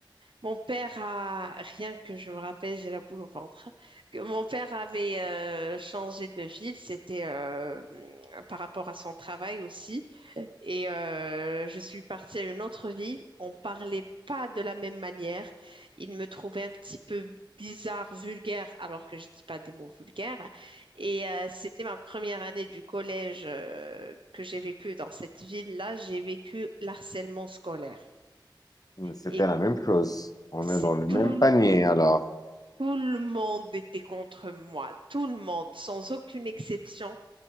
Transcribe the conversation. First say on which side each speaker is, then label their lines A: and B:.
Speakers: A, on the right; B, on the left.
A: mon père a, rien que je me rappelle, j'ai la boule au ventre, que mon père avait euh, changé de ville, c'était euh, par rapport à son travail aussi. Et euh, je suis partie à une autre ville. On parlait pas de la même manière. Il me trouvait un petit peu bizarre, vulgaire, alors que je dis pas des mots vulgaires. Et euh, c'était ma première année du collège euh, que j'ai vécu dans cette ville-là. J'ai vécu l'harcèlement scolaire.
B: Mais C'était
A: Et
B: la même chose. On
A: c'est
B: est dans le
A: tout,
B: même panier, alors.
A: tout le monde était contre moi. Tout le monde, sans aucune exception.